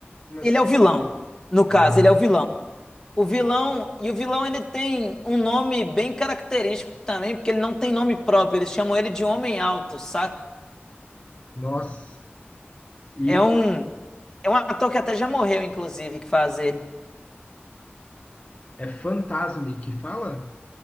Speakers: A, on the left; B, on the left.
A: Como assim?
B: Ele é o vilão, no caso,
A: Ah,
B: ele é o vilão. O vilão, e o vilão ele tem um nome bem característico também, porque ele não tem nome próprio, eles chamam ele de Homem Alto, saca?
A: nossa. E,
B: É um, é um ator que até já morreu, inclusive, que faz ele.
A: É Fantasme que fala?